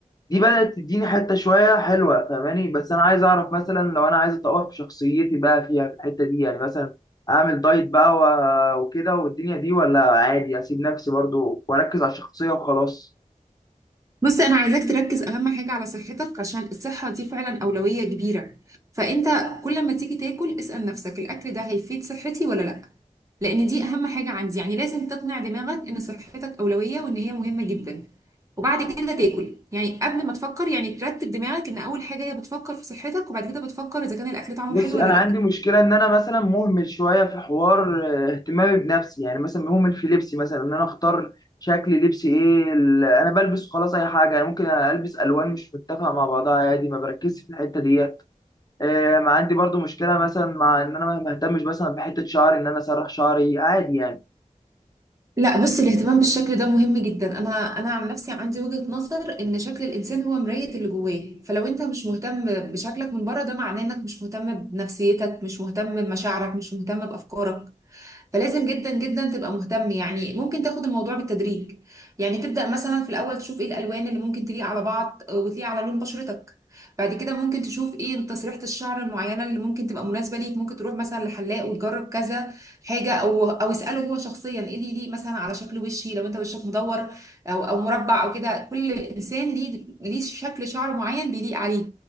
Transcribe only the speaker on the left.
دي بدأت تديني حتة شوية حلوة فاهماني بس أنا عايز أعرف مثلا لو أنا عايز أطور في شخصيتي بقى فيها في الحتة دي يعني مثلا أعمل دايت بقى و- وكده والدنيا دي ولا عادي أسيب نفسي برضو وأركز على الشخصية وخلاص
بصي
أنا
عندي مشكلة إن أنا مثلا مهمل شوية في حوار آه، اهتمامي بنفسي يعني مثلا مهمل في لبسي مثلا إن أنا أختار شكل لبسي إيه ال- أنا بلبس خلاص أي حاجة يعني ممكن ألبس ألوان مش متفقة مع بعضها عادي ما بركزش في الحتة دي آه، ما عندي برضو مشكله مثلا مع ان انا ما ما اهتمش مثلا بحته شعري ان انا اسرح شعري عادي يعني